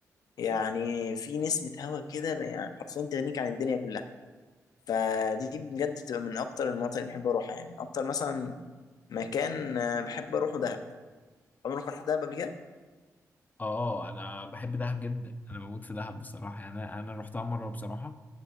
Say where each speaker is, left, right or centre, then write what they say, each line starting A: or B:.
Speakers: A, on the left; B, on the left.
A: يعني في نسمة هوا كده يعني حرفيا تغنيك عن الدنيا كلها فدي بجد بتبقى من أكتر المناطق اللي بحب أروحها يعني أكتر مثلا مكان آه، بحب أروحه دهب عمرك رحت دهب قبل كده؟
B: اه انا بحب دهب جدا انا بموت في دهب بصراحة يعني انا انا رحتها مرة بصراحة